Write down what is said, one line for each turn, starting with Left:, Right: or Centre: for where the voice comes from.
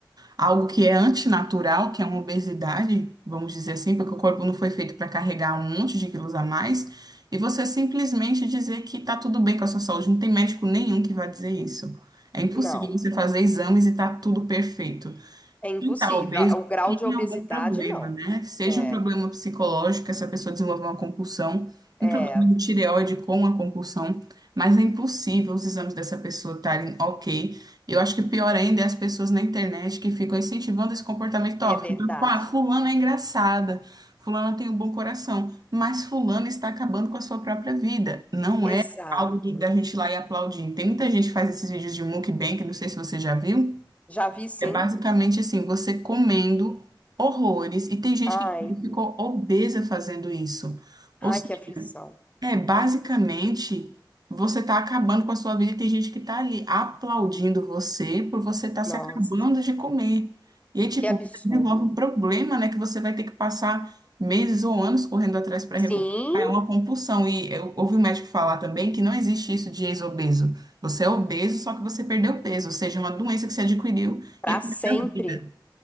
Right: algo que é antinatural, que é uma obesidade, vamos dizer assim, porque o corpo não foi feito para carregar um monte de quilos a mais, e você simplesmente dizer que está tudo bem com a sua saúde. Não tem médico nenhum que vai dizer isso. É impossível
Left: Não,
Right: você fazer exames e tá tudo perfeito.
Left: é impossível.
Right: Então, obeso
Left: O grau
Right: tem
Left: de obesidade,
Right: algum problema,
Left: não.
Right: né? Seja
Left: É,
Right: um problema psicológico, essa pessoa desenvolve uma compulsão,
Left: é,
Right: um problema de tireoide com a compulsão, mas é impossível os exames dessa pessoa estarem ok. Eu acho que pior ainda é as pessoas na internet que ficam incentivando esse comportamento tóxico.
Left: é verdade.
Right: Então, tipo, ah, fulana é engraçada, fulana tem um bom coração, mas fulana está acabando com a sua própria vida. Não
Left: Exato.
Right: é algo do- da gente ir lá e aplaudir. Tem muita gente que faz esses vídeos de mukbang, não sei se você já viu,
Left: Já vi sim.
Right: é basicamente assim, você comendo horrores, e tem gente
Left: Ai,
Right: que ficou obesa fazendo isso. Ou
Left: ai,
Right: seja,
Left: que aflição.
Right: é, basicamente, você está acabando com a sua vida e tem gente que está ali aplaudindo você por você estar se
Left: Nossa,
Right: acabando de comer. E aí, tipo,
Left: que absurdo.
Right: você desenvolve um problema, né, que você vai ter que passar meses ou anos correndo atrás para
Left: Sim,
Right: recuperar. É uma compulsão. E eu ouvi um médico falar também que não existe isso de ex-obeso. Você é obeso, só que você perdeu peso, ou seja, uma doença que você adquiriu
Left: para
Right: e é parte
Left: sempre.
Right: da vida.